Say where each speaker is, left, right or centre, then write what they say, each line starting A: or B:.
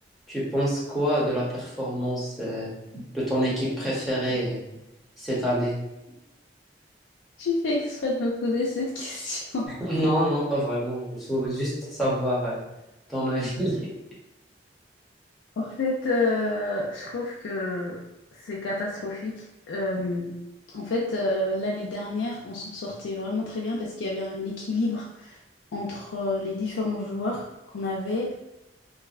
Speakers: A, in the centre; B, on the left.
A: tu penses quoi de la performance euh, de ton équipe préférée euh, cette année? <laughs>
B: Tu fais exprès de me poser cette <laughs> question.
A: Non, non, pas vraiment. Je souhaite juste savoir euh, ton avis. <laughs>
B: En fait, euh, je trouve que c'est catastrophique. Euh, en fait, euh, l'année dernière, on s'en sortait vraiment très bien parce qu'il y avait un équilibre entre euh, les différents joueurs qu'on avait,